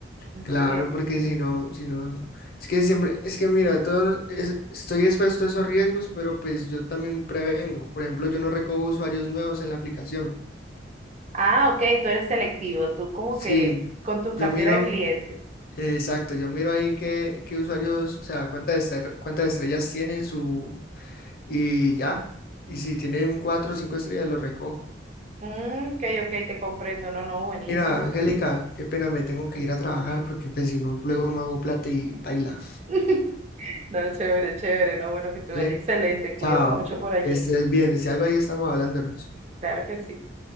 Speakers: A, on the right (about 35°); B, on the left (about 50°).
A: Así
B: claro,
A: es.
B: porque si no, si no, es que siempre, es que mira, todo es- estoy expuesto a esos riesgos, pero pues yo también prevengo. Por ejemplo, yo no recojo usuarios nuevos en la aplicación.
A: Ah, ok, tú eres selectivo, tú como
B: Sí,
A: que con tu
B: yo
A: cartera
B: miro.
A: de clientes.
B: Exacto, yo miro ahí qué, qué usuarios, o sea, cuántas, estre- cuántas estrellas tienen su... Y ya, y si tienen cuatro o cinco estrellas, los recojo.
A: Mm, ok, ok, te comprendo, no, no, buenísimo.
B: Mira, Angélica, qué pena, me tengo que ir a trabajar porque pues si no, luego no hago plata y baila,
A: <laughs> No, chévere, chévere, no, bueno, que te vaya
B: ¿vale?
A: excelente, cuídate
B: Chao,
A: mucho por allí.
B: que estés bien, si algo ahí estamos hablándonos.
A: Claro que sí.